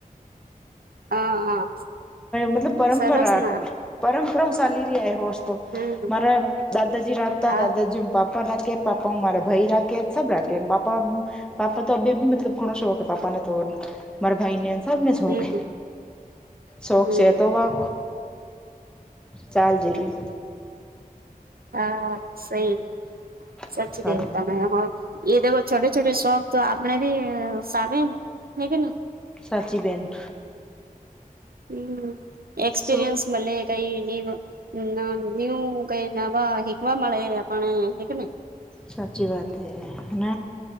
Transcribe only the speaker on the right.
હા હા
સરસ ના
હમ
હા
હમ
હમ
હા, સહી સચી
દેતા મે હો. એ દખો છોટે છોટે શખ તો આપણે ભી સામે હે કે ન.
હમ્મ એક્સપીરયન્સ
મલે કઈ નું કઈ નવા શીકવા મળે આપ હીક ને.